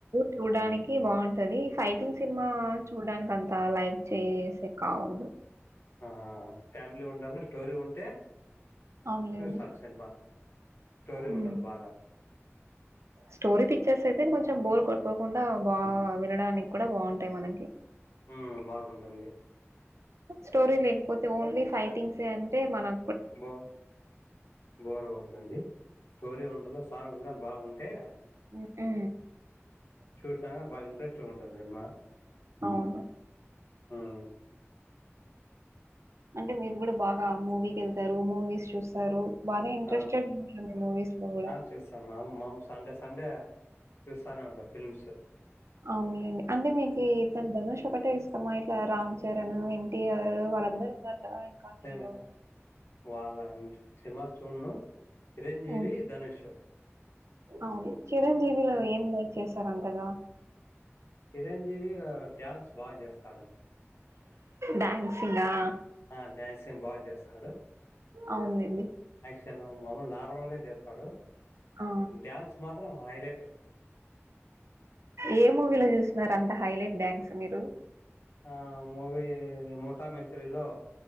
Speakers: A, on the right; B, on the left.
A: చూడడానికి బాగుంటది ఫైటింగ్ సినిమా చూడడానికి అంత అంత లైక్ చేసే కావదు
B: ఆహా ఫ్యామిలీ ఉండాలా స్టోరీ ఉంటే
A: అవునులేండి
B: చూస్తాను సినిమా స్టోరీ
A: హమ్
B: ఉండాలి బాగా
A: స్టోరీ పిక్చర్స్ అయితే కొంచెం బోర్ కోట్కోకూండ బాగా వినడానికి కూడ బాగుంటాయి మనకి
B: హ బాగుంటుంది
A: స్టోరీ లేకపోతే ఓన్లీ ఫైటింగ్స్ అంటే మనం
B: బో బోర్ కొడుతుంది తోరీ ఉండాలా సాంగ్ కూడా బాగుండాలా ంటే
A: ఉ ఊ
B: చూసినాక బాగా ఇంట్రెస్ట్గా ఉంటుంది సినిమా
A: అవును
B: ఉమ్
A: అంటే మీరు కూడా బాగా మూవీకి వెళ్తారు మూవీస్ చూస్తారు బానే ఇంట్రెస్టెడ్
B: ఆ
A: ఉన్నట్లుంది మూవీస్ లో కూడా.
B: ఆ చూస్తాం మాము మాము సండే సండే చూస్తానే ఉంటా ఫిలిమ్స్
A: అవునులేండి అంటే మీకు అతను ధనుష్ ఒకటే ఇష్టమా ఇట్లా రామ్ చరణ్ ఎన్టీఆర్ వాళ్లందరూ ఉన్నారు కదా ఇంకా హీరో.
B: <unintelligible> వాళ్ళ ఉమ్ సినిమాలు చూడను చిరంజీవి
A: హ్మ్.
B: ధనుష్
A: అవును చిరంజీవి లో
B: చి
A: ఏం లైక్ చేశారంతగా
B: చిరంజీవి డ్యాన్స్ బాగా చేస్తాడు
A: డ్యాన్సింగ్ ఆ
B: ఆ డ్యాన్సింగ్ బాగా చేస్తాడు
A: అవునులేండి
B: తను మామూలు నార్మల్ గా చేస్తాడు
A: ఆ!
B: డ్యాన్స్ మాత్ర త్రం హైలైట్
A: ఏ మూవీలో చూసినారంత హైలైట్ డ్యాన్స్ మీరు
B: ఆ మూవి ముఠా మేస్రిలో